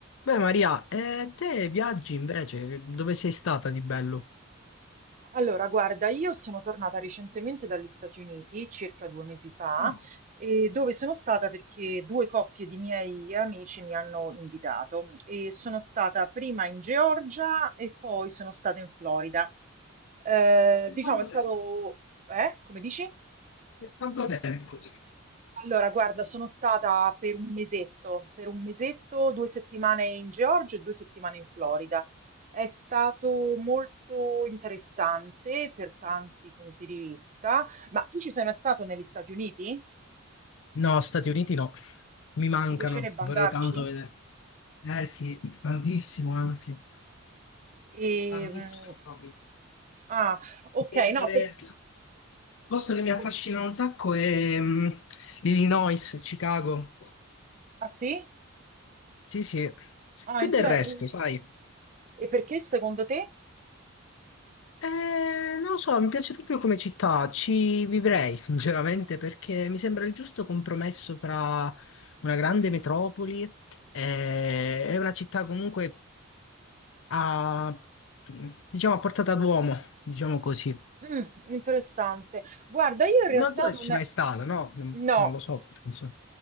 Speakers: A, on the left; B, on the right.
A: Beh, Maria, e te viaggi invece? Dove sei stata di bello?
B: Allora, guarda, io sono tornata recentemente dagli Stati Uniti, circa due mesi fa,
A: Ah,
B: e dove sono stata perché due coppie di miei amici mi hanno invitato e sono stata prima in Georgia e poi sono stata in Florida. Eh,
A: per
B: diciamo,
A: quanto
B: è stato...
A: tempo?
B: Eh? Come dici?
A: Per quanto tempo?
B: Allora, guarda, sono stata per un mesetto, per un mesetto, due settimane in Georgia e due settimane in Florida. È stato molto interessante per tanti punti di vista, ma tu ci sei mai stato negli Stati Uniti?
A: No, Stati Uniti no, mi mancano,
B: Ma ti piacerebbe
A: vorrei
B: andarci?
A: tanto vedere. Eh sì, tantissimo, anzi,
B: E,
A: tantissimo
B: mm,
A: proprio.
B: ah, ok,
A: Prendere-
B: no, per,
A: Posto che mi affascina
B: com-
A: un sacco è mm, Illinois, Chicago.
B: ah sì?
A: Sì, sì,
B: Ah,
A: più
B: inter-
A: del resto, sai.
B: e perché secondo te?
A: Eh, non lo so, mi piace proprio come città, ci vivrei <laughs> sinceramente perché mi sembra il giusto compromesso fra una grande metropoli e e una città comunque a, diciamo, a portata d'uomo, diciamo così.
B: Mm, interessante. Guarda, io in realtà
A: Non so se
B: non
A: ci mai
B: è...
A: stato, no? Non,
B: No.
A: non lo so, penso.